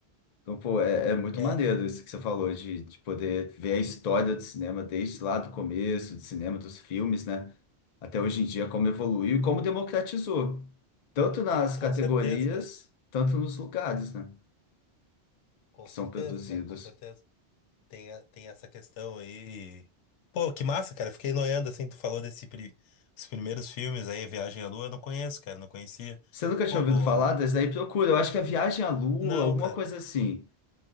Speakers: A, on the left; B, on the left.
A: Então, pô, é, é muito
B: É,
A: maneiro isso que você falou, de, de poder ver a história do cinema desde lá do começo, do cinema, dos filmes, né? Até hoje em dia, como evoluiu e como democratizou, tanto nas
B: com
A: categorias,
B: certeza, cara.
A: tanto nos lugares, né?
B: Com
A: Que
B: certeza,
A: são produzidos.
B: cara, com certeza. Tem, a- tem essa questão aí. Pô, que massa, cara. Fiquei noiando assim, tu falou desse, pri- dos primeiros filmes aí, Viagem à Lua, eu não conheço, cara, não conhecia.
A: Você nunca
B: Pô,
A: tinha ouvido
B: vou.
A: falar desse daí? Procura, eu acho que é Viagem à Lua,
B: Não,
A: alguma
B: cara.
A: coisa assim.